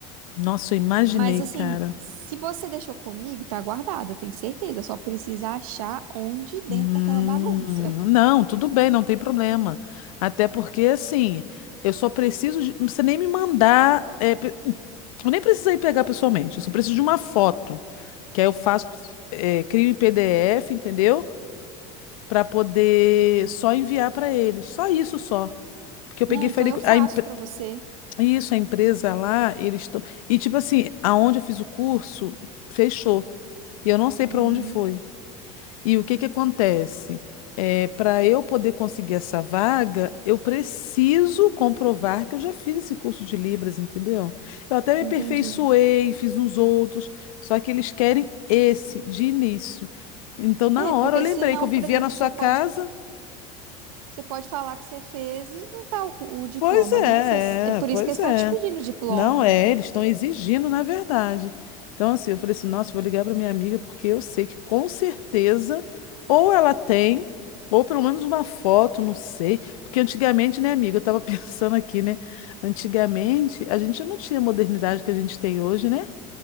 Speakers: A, on the left; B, on the right.
A: Nossa, eu imaginei,
B: Mas assim,
A: cara.
B: se você deixou comigo, tá guardado, eu tenho certeza. Só precisa achar onde dentro
A: Hum,
B: daquela bagunça.
A: não, tudo bem, não tem problema. Até porque, assim, eu só preciso de. Não precisa nem me mandar. é, pe- eu nem preciso ir pegar pessoalmente, eu só preciso de uma foto. Que aí eu faço, é, crio em PDF, entendeu? Pra poder só enviar pra eles. Só isso só. Porque eu peguei,
B: Não,
A: falei,
B: então eu
A: com-
B: faço
A: a empre-
B: pra você.
A: isso, a empresa lá, eles estão. E, tipo assim, aonde eu fiz o curso, fechou. E eu não sei pra
B: Uhum,
A: onde foi. E o que que acontece? É, para eu poder conseguir essa vaga, eu preciso comprovar que eu já fiz esse curso de Libras, entendeu? Eu até me
B: entendi.
A: aperfeiçoei, fiz uns outros, só que eles querem esse de início. Então, na
B: É,
A: hora,
B: porque
A: eu lembrei
B: senão,
A: que eu vivia
B: por exemplo,
A: na sua
B: você
A: casa.
B: pode, você pode falar que você fez e não tá o, o diploma,
A: Pois
B: né?
A: é,
B: Essas- é por
A: é, pois
B: isso que eles estão
A: é.
B: te pedindo diploma.
A: Não é, eles estão exigindo, na verdade. Então, assim, eu falei assim, nossa, vou ligar para minha amiga porque eu sei que com certeza ou ela tem, ou pelo menos uma foto, não sei. Porque antigamente, né, amiga, eu tava <laughs> pensando aqui, né? Antigamente a gente não tinha a modernidade que a gente tem hoje, né?